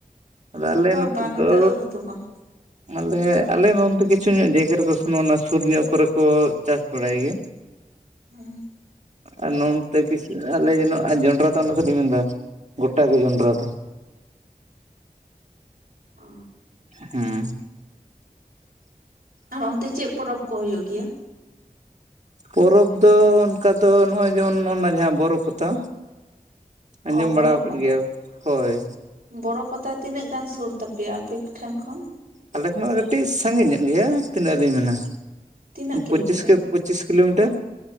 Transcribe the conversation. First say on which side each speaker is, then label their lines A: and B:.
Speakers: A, on the right; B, on the right.
A: ᱟᱫᱚ ᱟᱞᱮ
B: ᱵᱟᱝ
A: ᱱᱚ
B: ᱵᱟᱝ
A: ᱛᱮ
B: ᱱᱚᱛᱮ
A: ᱫᱚ
B: ᱟᱹᱠ ᱫᱚ ᱵᱟᱝ
A: ᱟᱞᱮ ᱟᱞᱮ ᱱᱚᱱᱛᱮ ᱠᱤᱪᱷᱩ ᱧᱚᱜ ᱡᱟᱭᱜᱟ ᱨᱮᱠᱚ ᱥᱚᱜ-ᱱᱟ ᱥᱩᱨ ᱧᱚᱜ ᱠᱚᱨᱮ ᱠᱚ ᱪᱟᱥ ᱵᱟᱲᱟᱭ ᱜᱮᱭᱟ᱾
B: ᱦᱮᱸ
A: ᱟᱨ ᱱᱚ ᱛᱮ ᱠᱤᱥ ᱟᱞᱮ ᱡᱮᱱᱚ ᱡᱚᱸᱰᱨᱟ ᱫᱚ ᱚᱱᱟ ᱫᱚᱞᱤᱧ ᱢᱮᱱᱫᱟ ᱜᱚᱴᱟᱜᱮ ᱡᱚᱸᱰᱨᱟ ᱫᱚ
B: ᱚ
A: ᱦᱩᱸ,
B: ᱟᱨ ᱚᱱᱛᱮ ᱪᱮᱫ ᱯᱚᱨᱚᱵᱽ ᱠᱚ ᱦᱳᱭᱳᱜ ᱜᱮᱭᱟ?
A: ᱯᱚᱨᱚᱵᱽ ᱫᱚ ᱚᱱᱠᱟ ᱫᱚ ᱱᱚᱜᱼᱚᱭ ᱡᱮᱢᱚᱱ ᱱᱚᱜ ᱱᱟ ᱡᱟᱦᱟᱸ ᱵᱚᱨᱚ ᱯᱟᱛᱟ᱾ ᱟᱸᱡᱚᱢ
B: ᱚ ᱵᱚᱨᱚ
A: ᱵᱟᱲᱟ ᱟᱠᱟᱫ
B: ᱯᱟᱛᱟ
A: ᱜᱮᱭᱟ ᱦᱳᱭ,
B: ᱵᱚᱨᱚ ᱯᱟᱛᱟ ᱛᱤᱱᱟᱹᱜ ᱜᱟᱱ ᱥᱳᱨ ᱛᱟᱯᱮᱭᱟ ᱟᱯᱮᱴᱷᱮᱱ ᱠᱷᱚᱱ᱾
A: ᱟᱞᱮ ᱠᱷᱚᱱᱟᱜ ᱫᱚ ᱠᱟᱹᱴᱤᱡ ᱥᱟᱺᱜᱤᱧ ᱧᱚᱜ ᱜᱮᱭᱟ ᱛᱤᱱᱟᱹᱜ ᱞᱤᱧ ᱢᱮᱱᱟ
B: ᱛᱤᱱᱟᱹᱜ ᱠᱤᱞᱳᱢᱤᱴᱟᱨ?
A: ᱯᱚᱸᱪᱤᱥ ᱠᱮ ᱯᱚᱸᱪᱤᱥ ᱠᱤᱞᱳᱢᱤᱴᱟᱨ